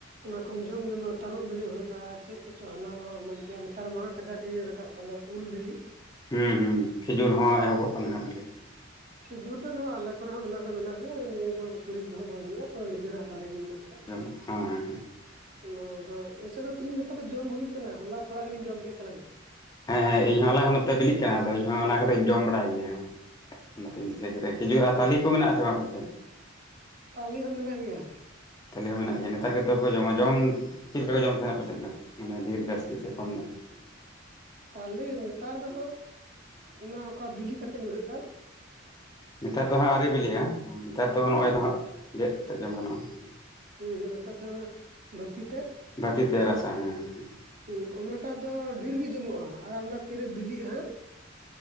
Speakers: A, on the right; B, on the left.
A: ᱚᱱᱟᱠᱚᱢ ᱡᱚᱢ ᱧᱟᱢᱟ, ᱛᱟᱨᱚᱵ ᱵᱮᱞᱮ ᱦᱳᱭᱱᱟ ᱪᱮᱫ ᱠᱚᱪᱚ ᱦᱟᱱᱟ ᱱᱟᱣᱟ ᱮᱢᱟᱱ ᱛᱮᱭᱟᱜ᱾ ᱱᱮᱛᱟᱨ ᱢᱟ ᱠᱟᱡᱟᱠ ᱤᱭᱟᱹ ᱨᱟᱠᱟᱵ ᱠᱟᱱᱟ ᱩᱞ ᱵᱤᱞᱤ᱾
B: ᱦᱩᱸ ᱦᱩᱸ ᱠᱷᱤᱡᱩᱨ ᱦᱚᱸ ᱮᱦᱚᱵᱚᱜ ᱠᱟᱱᱟ ᱦᱟᱸᱜ᱾
A: ᱠᱷᱤᱡᱩᱨ ᱫᱚ ᱱᱚᱣᱟ ᱟᱞᱮ ᱠᱚᱨᱮ ᱦᱚᱸ ᱢᱮᱱᱟᱜ ᱫᱚ ᱢᱮᱱᱟᱜ ᱜᱮᱭᱟ ᱱᱤᱭᱟᱹ ᱫᱚ ᱠᱤᱨᱤᱧ ᱫᱚᱦᱚᱸ ᱵᱟᱝ ᱦᱳᱭᱳᱜᱼᱟ, ᱱᱤᱡᱮᱨᱟᱜ᱾ ᱫᱟᱨᱮ ᱜᱤ ᱢᱮᱱᱟᱜ ᱠᱟᱫᱟ᱾
B: ᱡᱚᱢ ᱦᱮᱸ ᱦᱮᱸ
A: ᱚᱱᱟ ᱫᱚ ᱟᱹᱭᱥᱟᱹ ᱫᱚ ᱛᱤᱦᱤᱧ ᱜᱟᱯᱟ ᱫᱚ ᱡᱚᱢ ᱦᱩᱭᱩᱜ ᱠᱟᱱᱟ ᱦᱚᱞᱟ ᱛᱷᱚᱲᱟ ᱜᱟᱱᱤᱧ ᱡᱚᱢ ᱠᱮᱫ ᱛᱟᱞᱟᱝᱼᱟ᱾
B: ᱦᱮᱸ ᱦᱮᱸ ᱤᱧ ᱦᱚᱸ ᱟᱞᱮ ᱦᱚᱸ ᱱᱚᱛᱮ ᱵᱤᱞᱤᱜ ᱠᱟᱱᱟ, ᱟᱫᱚ ᱤᱧ ᱦᱚᱸ ᱚᱱᱟ ᱠᱚᱫᱚᱧ ᱡᱚᱢ ᱵᱟᱲᱟᱭ ᱜᱤᱭᱟ ᱚᱱᱟᱛᱮᱧ ᱫᱤᱥᱟᱹ ᱠᱮᱫᱟ᱾ ᱠᱷᱤᱡᱩᱨ ᱟᱨ ᱛᱟᱞᱤ ᱠᱚ ᱢᱮᱱᱟᱜᱼᱟᱥᱮ ᱵᱟᱝ ᱟᱯᱮ ᱥᱮᱫ?
A: ᱛᱟᱞᱤ ᱦᱚᱸ ᱢᱮᱱᱟᱜ ᱜᱮᱭᱟ᱾
B: ᱛᱟᱹᱞᱮ ᱦᱚᱸ ᱢᱮᱱᱟᱜ ᱜᱮᱭᱟ ᱱᱮᱛᱟᱨ ᱜᱮᱛᱚ ᱠᱚ ᱡᱚᱢᱟ ᱡᱚᱢ ᱪᱮᱫ ᱞᱮᱠᱟ ᱠᱚ ᱡᱚᱢ ᱛᱟᱦᱮᱱᱟ ᱟᱯᱮᱥᱮᱫ ᱫᱚ ᱢᱟᱱᱮ ᱰᱷᱮᱨ ᱡᱟᱹᱥᱛᱤ ᱥᱮ ᱠᱚᱢ ᱧᱚᱜ?
A: ᱛᱟᱞᱮ ᱱᱮᱛᱟᱨ ᱫᱚ ᱦᱟᱸᱜ ᱚᱱᱟ ᱚᱠᱟ ᱵᱤᱞᱤ ᱠᱟᱛᱮᱫ ᱧᱩᱨᱦᱟᱹᱜ ᱠᱟᱱᱼᱼ
B: ᱱᱮᱛᱟᱨ ᱫᱚ ᱦᱟᱹᱜ ᱟᱹᱣᱨᱤ ᱵᱤᱞᱤᱜᱼᱟ, ᱱᱮᱛᱟᱨ ᱫᱚ ᱱᱚᱜ ᱚᱭ ᱫᱚ ᱦᱟᱜ ᱜᱮᱫ ᱠᱟᱛᱮᱜ ᱡᱚᱢ ᱜᱟᱱᱚᱜᱼᱟ᱾
A: ᱦᱩᱸ ᱦᱩᱸ ᱱᱮᱛᱟᱨ ᱫᱚ ᱚᱱᱟ ᱵᱷᱟᱛᱤ ᱛᱮᱫᱼᱼ
B: ᱵᱟᱴᱤ ᱛᱮ ᱨᱟᱥᱟ ᱦᱮᱸ ᱦᱮᱸ ᱦᱮᱸ
A: ᱦᱩᱸ ᱚᱱᱟᱴᱟᱜ ᱫᱚ ᱰᱷᱮᱨᱜᱤ ᱡᱚᱢᱚᱜ ᱟ ᱟᱨ ᱚᱱᱟ ᱛᱤᱨᱮ ᱵᱤᱞᱤᱜᱼᱟ ᱦᱟᱸᱜ᱾